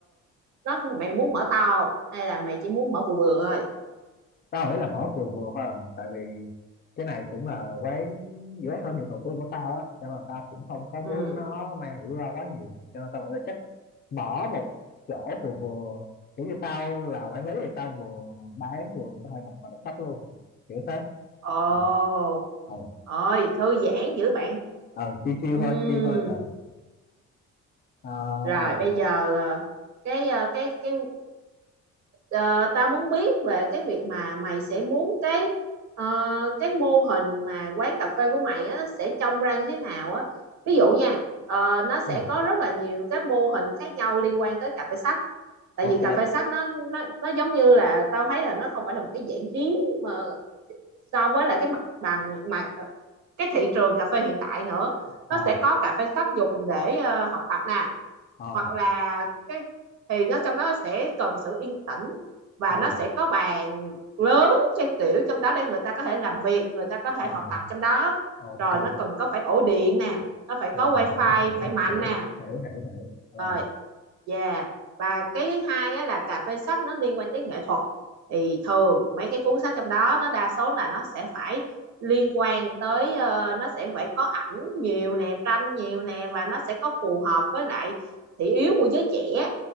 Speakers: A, on the right (about 65°); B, on the left (about 35°).
A: nó mày muốn mở to không hay là mày chỉ muốn mở vừa vừa thôi
B: tao nghĩ là mở vừa vừa thôi là được tại vì cái này cũng là quán giữa thân nghiệp đầu tiên của tao á cho nên là tao cũng không có muốn
A: ừ
B: nó mang rủi ro quá nhiều cho nên tao nghĩ là chắc mở một chỗ vừa vừa kiểu như tao là quản lý thì tao vừa bán vừa có thể đọc và đọc sách luôn kiểu thế
A: Ồ,
B: ờ ờ
A: ôi thư giãn dữ bạn.
B: ờ chiêu chiêu
A: Ừm,
B: thôi chiêu thôi ờ ờ
A: rồi
B: ờ
A: bây giờ ờ, cái ờ, cái cái ờ, tao muốn biết về cái việc mà mày sẽ muốn cái ờ, cái mô hình mà quán cà phê của mày á nó sẽ trông ra như thế nào á. Ví dụ nha, ờ, nó sẽ
B: ừ
A: có rất là nhiều các mô hình khác nhau liên quan tới cà phê sách. Tại
B: ok
A: vì cà phê sách nó nó nó giống như là tao thấy là nó không phải là một cái dạng hiếm mà so với lại cái mặt bằng mà ờ, cái thị trường cà phê hiện tại nữa
B: ờ
A: nó sẽ có cà phê shop dùng để ờ, học tập nè
B: ờ
A: hoặc là cái thì nó trong đó sẽ cần sự yên tĩnh và
B: ờ
A: nó sẽ có bàn lớn trang kiểu trong đó để người ta có thể làm việc người ta có thể
B: ờ
A: học tập trong đó
B: ok
A: rồi nó cần có phải ổ điện nè nó phải có
B: rồi
A: wifi
B: hiểu hiểu
A: phải mạnh
B: hiểu
A: nè
B: hiểu hiểu hiểu rồi
A: rồi yeah và cái thứ hai á, là cà phê sách nó liên quan tới nghệ thuật thì thường mấy cái cuốn sách trong đó nó đa số là nó sẽ phải liên quan tới ờ, nó sẽ phải có ảnh nhiều nè tranh nhiều nè và nó sẽ có phù hợp với lại thị yếu của giới trẻ